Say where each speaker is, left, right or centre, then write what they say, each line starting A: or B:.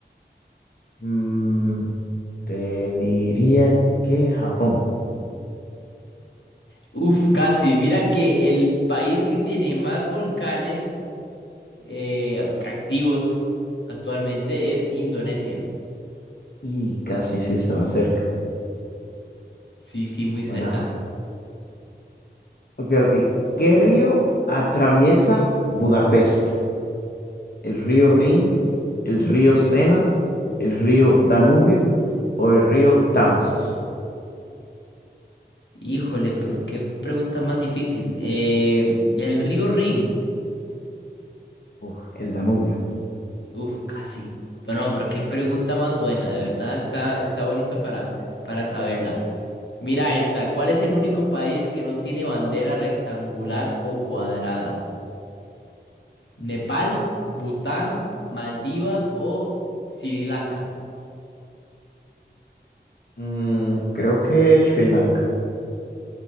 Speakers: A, on the left; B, on the left.
A: Mm, te diría que Japón.
B: Uf, casi. Mira que el país que tiene más volcanes eh, activos actualmente es Indonesia.
A: Y casi sí estaban cerca.
B: Sí, sí, muy
A: Bueno,
B: cerca.
A: bueno. Ok, ok. ¿Qué río atraviesa Budapest? ¿El río Rin, el río Sena, el río Danubio o el río Támesis?
B: Híjole, pero qué pregunta más difícil. Eh, el río Rin.
A: Uf, el Danubio.
B: Uf, casi. Bueno, pero qué pregunta más buena, de verdad está, está bonito para, para saberla. Mira esta, ¿cuál es el único país que no tiene bandera rectangular o cuadrada? ¿Nepal, Bután, Maldivas o Sri Lanka?
A: Mm, creo que Sri Lanka.